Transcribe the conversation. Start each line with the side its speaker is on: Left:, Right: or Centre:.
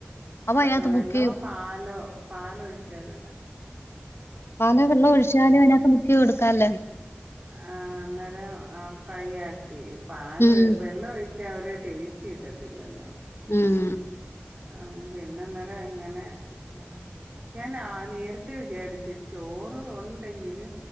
Left: അപ്പൊ അതിനകത്ത്
Right: ആഹ് വെള്ളോ
Left: മുക്കി
Right: പാലോ പാലൊയിച്ചാലും ന
Left: പാലോ വെള്ളൊഴിച്ചാല് അയ്നാത്ത് മുക്കി കൊട്ക്കാല്ലോ
Right: ആഹ് അന്നേരം ആഹ് ഫ്രൈയാക്കി പല്
Left: ഉം
Right: വെള്ളൊഴി ച്ചാ ഒര് ടേസ്റ്റ് കിട്ടത്തില്ലല്ലോ
Left: ഉം
Right: ആഹ് പിന്നെന്നലെ ഇങ്ങനെ ആഹ് ഞാൻ ന്നാ ആഹ് നെരത്തെ വിചാരിച്ച് ചോറ് ഉണ്ടെങ്കില്